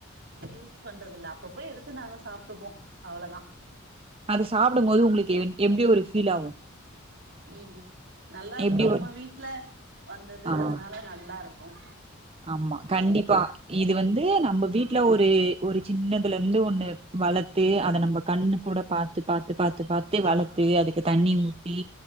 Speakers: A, on the right (about 60°); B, on the right (about 30°).
A: யூஸ் பண்றது இல்ல அப்பப்போ எடுத்து நாங்க சாப்ட்டுப்போம் அவ்ளோ தான்
B: அது சாப்டும் போது உங்களுக்கு எப்படி ஒரு ஃபீல் ஆகும்
A: ம் நல்லா இருக்கும்
B: எப்டி
A: நம்ம
B: ஒரு
A: வீட்டுல வந்தது
B: ஆ
A: அதனால நல்லா இருக்கும்
B: ஆமா கண்டிப்பா இது வந்து நம்ம வீட்டுல ஒரு ஒரு சின்னதுல இருந்து ஒண்ணு வளத்து அதை நம்ம கண்ணு கூட பாத்து பாத்து பாத்து பாத்தே வளத்து அதுக்கு தண்ணி ஊத்தி